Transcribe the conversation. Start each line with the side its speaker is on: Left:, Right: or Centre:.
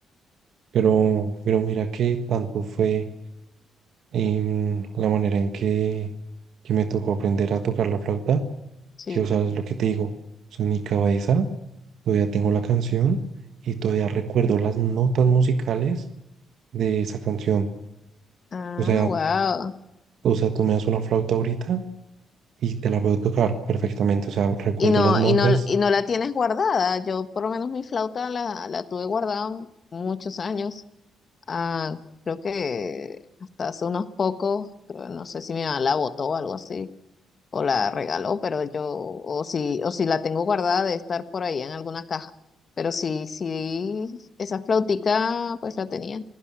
Right: Pero, pero mira que tanto fue em, la manera en que, que me tocó aprender a tocar la flauta,
Left: sí.
Right: que o sea, es lo que te digo, o sea, en mi cabeza todavía tengo la canción y todavía recuerdo las notas musicales de esa canción.
Left: Ah,
Right: O sea,
Left: wow.
Right: o sea, tú me das una flauta ahorita y te la puedo tocar perfectamente. O sea, recuerdo
Left: Y no,
Right: las notas.
Left: y no, y no la tienes guardada. Yo por lo menos mi flauta la, la tuve guardada muchos años. Ah, creo que hasta hace unos pocos, creo, no sé si mi mamá la botó o algo así. o la regaló, pero yo, o si, o si la tengo guardada de estar por ahí en alguna caja. Pero sí, sí, esa flautica, pues la tenía.